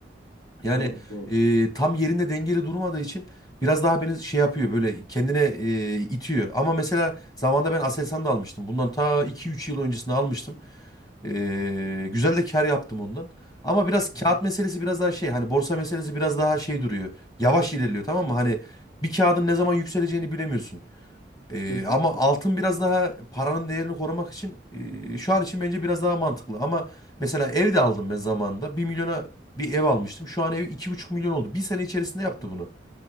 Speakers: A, on the left (about 20°); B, on the left (about 80°).
A: Yani
B: Doğru, doğru.
A: e, tam yerinde dengeli durmadığı için biraz daha beni şey yapıyor böyle kendine e, itiyor. Ama mesela zamanında ben Aselsan da almıştım. Bundan ta iki üç yıl öncesinde almıştım. E, güzel de kar yaptım ondan. Ama biraz
B: Hı
A: kağıt
B: hı.
A: meselesi biraz daha şey hani borsa meselesi biraz daha şey duruyor. Yavaş ilerliyor tamam mı? Hani bir kağıdın ne zaman yükseleceğini bilemiyorsun. Ee,
B: Kesinlikle.
A: ama altın biraz daha paranın değerini korumak için e, şu an için bence biraz daha mantıklı. Ama mesela ev de aldım ben zamanında. bir milyona bir ev almıştım. Şu an ev iki buçuk milyon oldu. Bir sene içerisinde yaptı bunu.